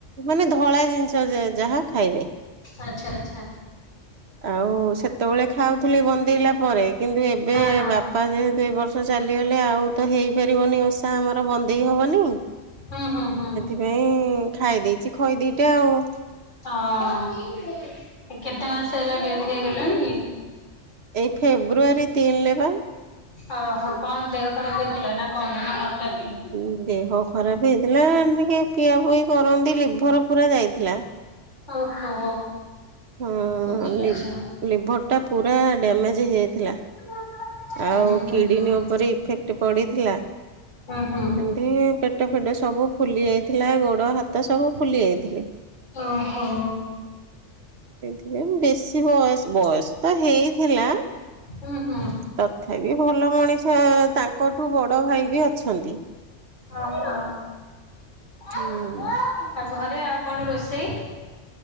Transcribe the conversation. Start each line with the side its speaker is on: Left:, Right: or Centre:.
Right: ମାନେ ଧଳା ଜିନିଷ ଯାହା ଖାଇବେ।
Left: ଆଚଛା ଆଚଛା।
Right: ଆଉ ସେତେବେଳେ ଖାଉଥିଲି ବନ୍ଦେଇଲା ପରେ କିନ୍ତୁ ଏ ଏବେ
Left: ହଁ ହଁ
Right: ବାପା ଯେହେତୁ ଏ ବର୍ଷ ଚାଲିଗଲେ ଆଉ ତ ହେଇପାରିବନି ଓଷା ଆମର ବନ୍ଦେଇ ହବନି।
Left: ହୁଁ ହୁଁ ହୁଁ।
Right: ଏଇ ଖାଇ ଦେଇଛି ଖଇଦିଇଟା ଆଉ
Left: ହଁ କେତେ ମାସ ହେଲା ଡେଥ ହେଇଗଲାଣି କି?
Right: ଏଇ ଫେବୃଆରୀ ତିନଲେ ବା।
Left: ଓହୋ କଣ ଦେହ ଖରାପ ହେଇଥିଲା ନା କଣ ନା ହଠାତ୍?
Right: ହୁଁ ଦେହ ଖରାପ ହେଇଥିଲା ଟିକେ ପିଆ ପୁଇ କରନ୍ତି ଲିଭର ପୁରା ଯାଇଥିଲା।
Left: ଓହୋ।
Right: ହଁ
Left: ଆଚ୍ଛା ଆଚ୍ଛା।
Right: ଲିଭର୍ଟା ପୁରା ଡ୍ୟାମେଜ୍ ହେଇଯାଇଥିଲା।
Left: <inaudible>
Right: ଆଉ
Left: ହୁଁ
Right: କିଡିନୀ
Left: ହୁଁ
Right: ଉପରେ ଇଫେକ୍ଟ ପଡିଥିଲା
Left: ହୁଁ
Right: ଏନ୍ତି ପେଟ ଫେଟ ସ ସବୁ ଫୁଲି ଯାଇଥିଲା ଗୋଡ଼ ହାତ ସବୁ ଫୁଲି ଯାଇଥିଲେ।
Left: ଓ ହୋ।
Right: ଏବଂ ବେଶୀ ବୟସ ବୟସ ତ ହେଇଥିଲା।
Left: ହୁଁ ହୁଁ।
Right: ତଥାପି ଭଲ ମଣିଷ ତାଙ୍କଠୁ ବଡ଼ ଭାଇ ବି ଅଛନ୍ତି।
Left: ଅ ହ ଆଉ
Right: ହୁଁ
Left: ଘରେ ଆଉ କଣ ରୋଷେଇ?